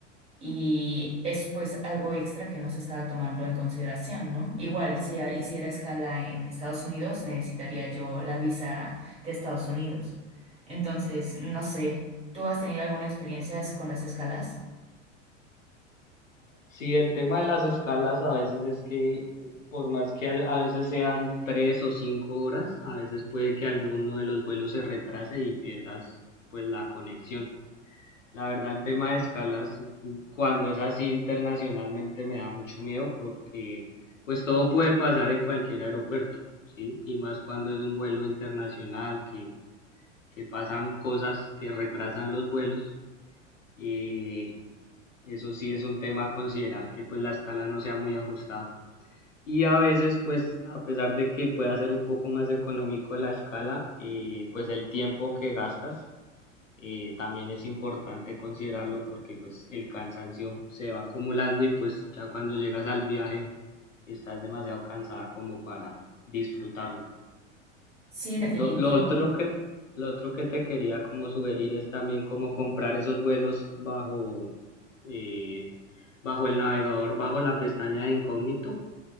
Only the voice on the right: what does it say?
Y es pues algo extra que no se estaba tomando en consideración, ¿no? Igual, si a- hiciera escala en Estados Unidos, necesitaría yo la visa de Estados Unidos. Entonces, no sé, ¿tú has tenido alguna experiencia con las escalas?
Sí, definitivo.